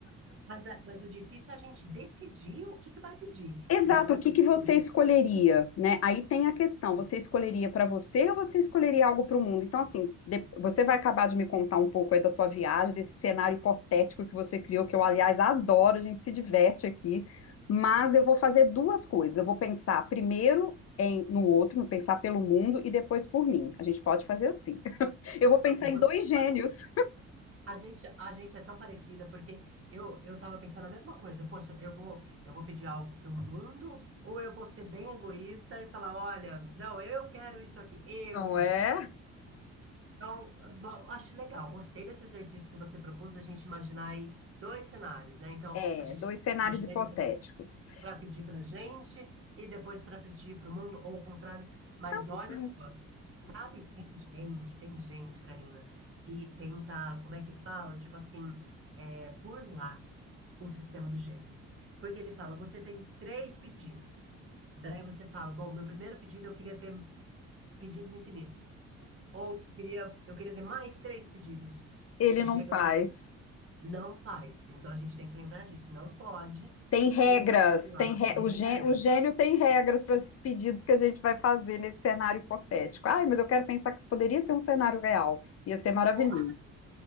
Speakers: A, on the right; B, on the left.
A: Mas, a- mas o difícil é a gente decidir o que que vai pedir,
B: Exato,
A: né? Porque
B: o que que
A: assim,
B: você escolheria, né? Aí tem a questão, você escolheria para você ou você escolheria algo para o mundo? Então, assim, de- você vai acabar de me contar um pouco aí da tua viagem, desse cenário hipotético que você criou, que eu, aliás, adoro, a gente se diverte aqui, mas eu vou fazer duas coisas. Eu vou pensar primeiro em, no outro, pensar pelo mundo e depois por mim. A gente pode fazer assim. <laughs> Eu vou pensar
A: e
B: em
A: você,
B: dois gênios,
A: olha A gente, a gente é tão parecida porque eu eu tava pensando a mesma coisa. Poxa, eu vou eu vou pedir algo pro mundo ou eu vou ser bem egoísta e falar, olha, não, eu quero isso aqui, eu
B: <laughs> não
A: quero.
B: é?
A: Então, bom, acho legal, gostei desse exercício que você propôs, a gente imaginar aí dois cenários, né? Então,
B: É,
A: a gente
B: dois cenários
A: mexendo
B: hipotéticos.
A: para pedir pra gente e depois para pedir pro mundo ou o contrário. Mas
B: Tanto
A: olha
B: faz.
A: só, Sabe, tem gente, tem gente, Karina, que tenta, como é que fala? Tipo assim, é, burlar o sistema do gênio. Porque ele fala, você tem três pedidos. Daí você fala, bom, meu primeiro pedido eu queria ter pedidos infinitos. Ou eu queria, eu queria ter mais três pedidos.
B: Ele
A: Você
B: não
A: chega,
B: faz.
A: não faz. Então a gente tem que lembrar disso. Não pode
B: Tem regras,
A: tentar burlar.
B: tem re...
A: Tem
B: o gênio,
A: regra.
B: o gênio tem regras para esses pedidos que a gente vai fazer nesse cenário hipotético. Ai, mas eu quero pensar que isso poderia ser um cenário real. Ia ser maravilhoso.
A: Pô, ah,